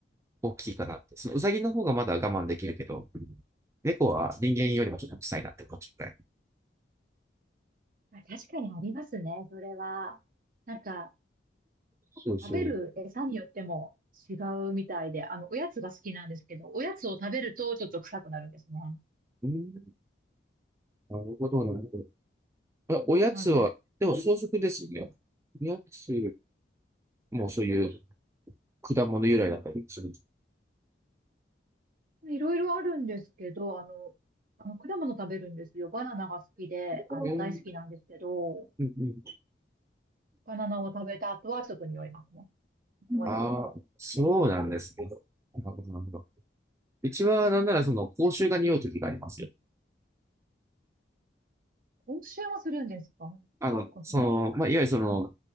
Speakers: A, on the right; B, on the right.
A: 大きいかなって。そのウサギの方がまだ我慢できるけど、猫は人間よりもちょっと臭いなって思っちゃうくらい。
B: あ確かにありますね、それは。なんか、
A: そうそう。
B: 食べる餌によっても違うみたいで、あの、おやつが好きなんですけど、おやつを食べるとちょっと臭くなるんですね。
A: うん、なるほど、なるほど。あおやつは、
B: なんで、
A: でも草食ですよね。おやつもうそういう果物由来だったりする。
B: いろいろあるんですけど、あの、あの、果物食べるんですよ。バナナが好きで、あの、
A: うん、
B: 大好きなんですけど、
A: うん、
B: バナナを食べた後はちょっと匂いますね。いつもよりも。
A: うん。ああ、そうなんですね。なるほど、なるほど。うちは、なんなら、その、口臭が匂う時がありますよ。
B: 今週もするんですかそっかそっか。
A: あの、その、まあ、いわゆるその、